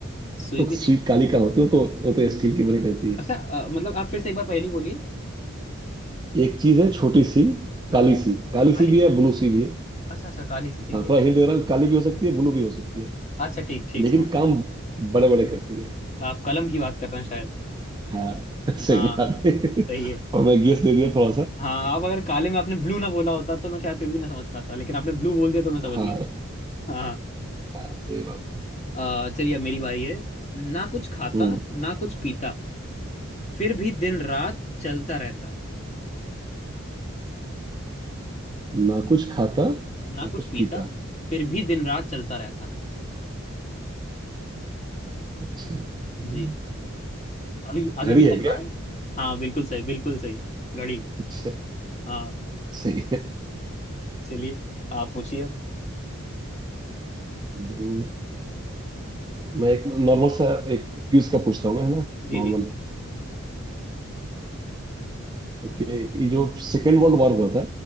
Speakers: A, on the left (about 30°); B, on the right (about 20°).
A: सुई
B: तो
A: भी
B: सुई
A: नहीं
B: काली का होती है वो तो वो तो स्टील की बनी रहती है
A: अच्छा अ, मतलब आप फिर से एक बार पहेली बोलिए
B: एक चीज है छोटी सी
A: हम्म
B: काली सी काली
A: काली
B: सी भी
A: सी
B: है ब्लू सी भी है
A: अच्छा अच्छा काली सी ठीक
B: हाँ
A: है
B: थोड़ा हिंट दे रहा हूँ काली भी हो सकती है ब्लू भी हो सकती है
A: अच्छा ठीक ठीक
B: लेकिन
A: समझ
B: काम बड़े बड़े करती है
A: आप कलम की बात कर रहे हैं शायद
B: हाँ <laughs> सही
A: हाँ
B: बात है
A: सही है
B: और मैं गेस दे दिया थोड़ा सा
A: हाँ आप अगर काले में आपने ब्लू ना बोला होता तो मैं शायद फिर भी ना समझ पाता लेकिन आपने ब्लू बोल दिया तो मैं समझ
B: हाँ
A: गया हाँ
B: हाँ, सही बात है।
A: हाँ। अ, चलिए अब मेरी बारी है ना कुछ खाता
B: हम्म
A: ना कुछ पीता फिर भी दिन रात चलता रहता
B: ना कुछ खाता
A: ना
B: ना कुछ
A: कुछ पीता
B: पीता
A: फिर भी दिन रात चलता रहता
B: अच्छा हम्म,
A: जी अभी अभी
B: घड़ी
A: भी चल
B: है क्या
A: रहा है हाँ बिल्कुल सही बिल्कुल सही घड़ी
B: अच्छा
A: हाँ
B: सही है
A: चलिए आप पूछिए अब
B: हम्म, मैं एक नॉर्मल सा एक क्यूज का पूछता हूँ मैं है ना
A: जी
B: नॉर्मल
A: जी
B: क्योंकि ये जो सेकेंड वर्ल्ड वॉर हुआ था